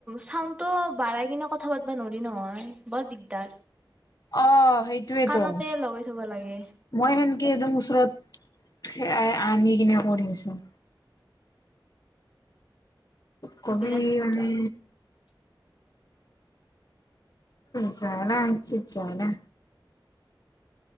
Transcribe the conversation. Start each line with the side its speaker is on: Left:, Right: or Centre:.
Right: চাউণ্ডটো বাঢ়াই কিনে কথা পাাতবা নোৱাৰ নহয় বৰ দিগদাৰ
Left: অ সেইটোয়েইেতো
Right: কাণতে লগাই থব লাগে
Left: মই সেনকে একদম ওচৰত আনি কিনে কৰি আছো কবি
Right: বিৰাট দিগদাৰ
Left: মানে ছোন আ চিজাইনে।